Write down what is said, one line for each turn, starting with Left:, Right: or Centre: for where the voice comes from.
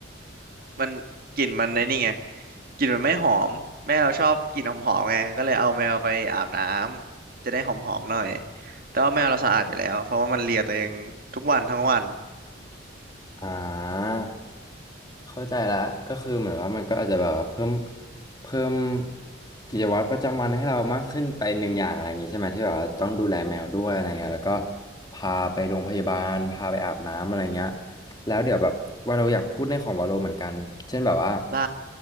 Right: มันกลิ่นมันในนี่ไงกลิ่นมันไม่หอมแม่เราชอบกลิ่นหอมๆไงก็เลยเอาแมวไปอาบน้ำจะได้หอมๆหน่อยแต่ว่าแมวเราสะอาดอยู่แล้วเพราะว่ามันเลียตัวเองทุกวันทั้งวัน
Left: อ่าเข้าใจแล้วก็คือเหมือนว่ามันก็อาจจะแบบว่าเพิ่มเพิ่มกิจวัตรประจำวันให้เรามากขึ้นไปหนึ่งอย่างอะไรอย่างงี้ใช่ไหมที่แบบว่าต้องดูแลแมวด้วยอะไรเงี้ยแล้วก็พาไปโรงพยาบาลพาไปอาบน้ำอะไรเงี้ย แล้วเดี๋ยวแบบวาโลอยากพูดในของวาโลเหมือนกัน เช่นแบบว่า
Right: ได้